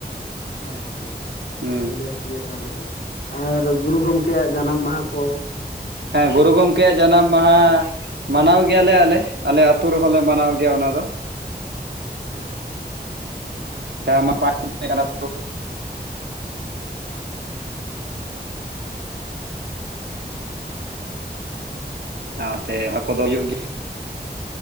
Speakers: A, on the left; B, on the right.
A: ᱟᱪᱪᱷᱟ
B: ᱦᱩᱸ
A: ᱵᱮᱥ ᱜᱮ ᱛᱟᱦᱚᱞᱮ ᱛᱚ ᱟᱨ ᱜᱩᱨᱩ ᱜᱚᱢᱠᱮᱭᱟᱜ ᱡᱟᱱᱟᱢ ᱢᱟᱦᱟ ᱠᱚ ᱾
B: ᱦᱮᱸ ᱜᱩᱨᱩ ᱜᱚᱢᱠᱮᱭᱟᱜ ᱡᱟᱱᱟᱢ ᱢᱟᱦᱟ ᱢᱟᱱᱟᱣ ᱜᱮᱭᱟᱞᱮ ᱟᱞᱮ, ᱟᱞᱮ ᱟᱹᱛᱩ ᱨᱮᱦᱚᱸ ᱞᱮ ᱢᱟᱱᱟᱣ ᱜᱮᱭᱟ ᱚᱱᱟ ᱫᱚ ᱾
A: ᱦᱮᱸ ᱾
B: <unintelligible> ᱥᱟᱶᱛᱮ ᱚᱱᱟ ᱠᱚᱫᱚ ᱦᱩᱭᱩᱜ ᱜᱮᱭᱟ ᱾